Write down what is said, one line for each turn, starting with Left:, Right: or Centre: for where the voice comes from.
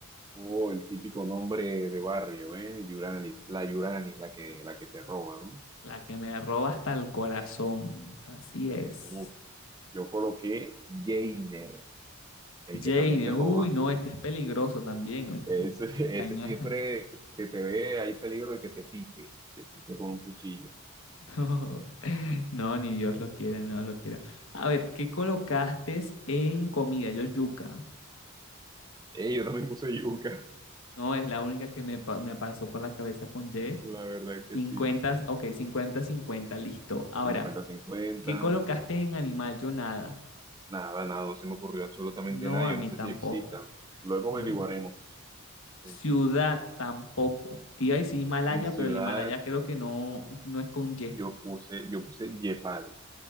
Right: Oh, el típico nombre de barrio, ¿eh? Yuranis, la Yuranis, la que, la que te roba, ¿no?
Left: La que me roba hasta el corazón. Así es.
Right: Uf, yo coloqué Jainer, el
Left: Jane,
Right: que también te roba.
Left: uy, no, este es peligroso también. ¿oíste?
Right: Ese,
Left: Me estás
Right: <laughs>
Left: engañando.
Right: ese siempre
Left: <laughs>
Right: que te ve, hay peligro de que te pique, te pique con un cuchillo.
Left: No, no, ni Dios lo quiera, no lo quiera. A ver, ¿qué colocaste en comida? Yo yuca.
Right: Eh, yo también puse yuca,
Left: No, es la única que me, pa- me pasó por la cabeza con
Right: <laughs>
Left: Y.
Right: la verdad que
Left: Cincuenta,
Right: sí.
Left: ok, cincuenta, cincuenta, listo. Ahora.
Right: cincuenta cincuenta
Left: ¿Qué colocaste en animal? Yo nada.
Right: nada, nada, no se me ocurrió absolutamente
Left: No,
Right: nada,
Left: a
Right: yo
Left: mí
Right: no sé
Left: tampoco.
Right: si existan. Luego
Left: No.
Right: averiguaremos. En,
Left: Ciudad tampoco. Iba a decir Himalaya,
Right: en ciudad
Left: pero el Himalaya creo que no, no es con Y.
Right: yo puse, yo puse Yepal.